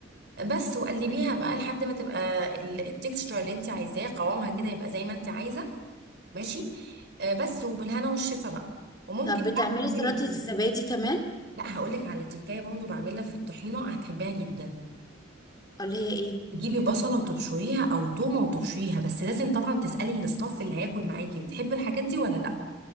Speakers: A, on the right; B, on the left.
A: بس وقلبيها بقى لحد ما تبقى ال- التكستشر اللي انت عايزاه قوامها كده يبقى زي ما انت عايزه ماشي آه، بس وبالهنا والشفا بقى وممكن
B: طب بتعملي
A: بقى تعملي
B: سلطه
A: ايه
B: الزبادي كمان
A: لا هقول لك على تكايه برضه بعملها في الطحينه هتحبيها جدا
B: ولا هي ايه
A: تجيبي بصله وتبشريها او تومه وتبشريها بس لازم طبعا تسالي الاستاف اللي هياكل معاكي بتحب الحاجات دي ولا لا